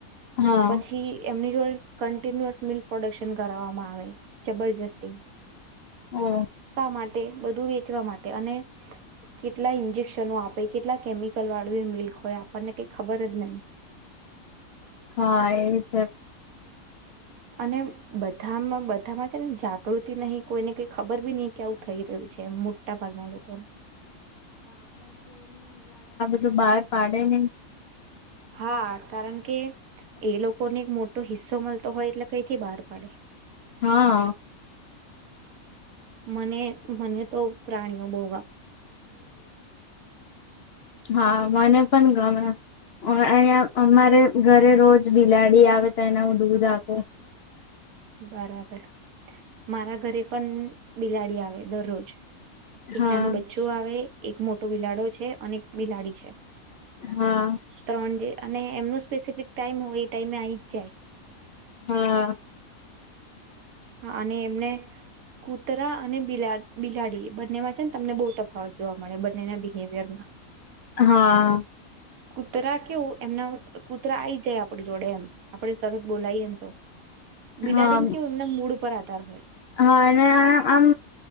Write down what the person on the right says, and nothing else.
પછી એમની જોડે કન્ટિન્યુઅસ મિલ્ક પ્રોડક્શન કરાવવામાં આવે જબરજસ્તી
માટે બધું વેચવા માટે અને કેટલા ઇન્જેકશનો આપે કેટલા કેમિકલ વાળું એ મિલ્ક હોય આપણને કઈ ખબર જ નહી.
અને બધામાં બધામાં છે ને જાગૃતિ નહી કોઈને કઈ ખબર બી નહી. કેવું થઈ રહ્યું છે મોટા ભાગના લોકોને
હા કારણ કે એ લોકોને એક મોટો હિસ્સો મળતો હોય એટલે કઈથી બહાર પાડે.
મને મને તો પ્રાણીઓ બઉ
બરાબર મારા ઘરે પણ બિલાડી આવે દરરોજ. એક
નાનું બચ્ચું આવે એક મોટો બિલાડો છે અને એક બિલાડી છે
ત્રણ જે અને એમનું સ્પેસિફિક ટાઈમ હોય. ટાઈમે આવી જ જાય.
અને એમને કૂતરા અને બિલા બિલાડી બંનેમાં છે ને તમને બહુ તફાવત જોવા મળે બંનેના બિહેવિયરમાં.
કૂતરા કેવું એમના કૂતરા આઈ જાય આપણી જોડે એમ આપડે સરત બોલાઈ એને તો બિલાડીને
કેવું એમના મૂડ પર આધાર હોય